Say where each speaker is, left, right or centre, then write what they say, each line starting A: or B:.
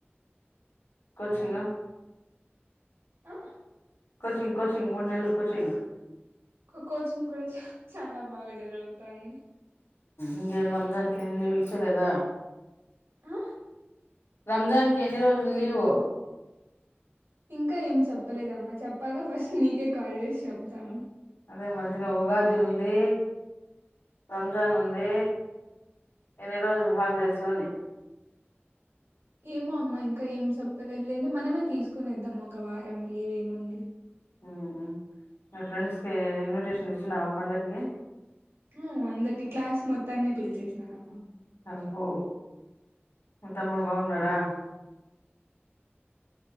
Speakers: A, on the left; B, on the right.
A: కోచింగ
B: ఆ,
A: కోచింగ్ కోచింగ్ మూడు నెలలు కోచింగ్
B: ఒక కోచింగ్ కూడా చ చాలా బాగా జరుగుతుంది
A: ఇంకేం నమ్దానికి ఏం లీవ్ ఇచ్చలేదా
B: అ
A: రంజాన్ కే ఎన్ని రోజులు లీవ్
B: ఇంకా ఏం చెప్పలేదమ్మా చెప్ప బాగా ఫస్ట్ నీకే కాల్ చేసి చెప్తాను
A: అదే మధ్యలో ఉగాది ఉంది రంజాన్ ఉంది ఎన్ని రోజుల హాలిడేస్ అని
B: ఏమో అమ్మ ఇంకా ఏం చెప్పలేదు లేంట మనమే తీసుకునేద్దాం ఒక వారం లీవ్ ఏముంది
A: హుమ్మ్ మీ ఫ్రెండ్స్కి ఇన్విటేషన్ ఇచ్చినవా పండగక్కి
B: హుమ్ అందరిని క్లాస్ మొత్తాన్ని పిలిచేసినానమ్మ
A: అహో మ తముడు బాగున్నాడా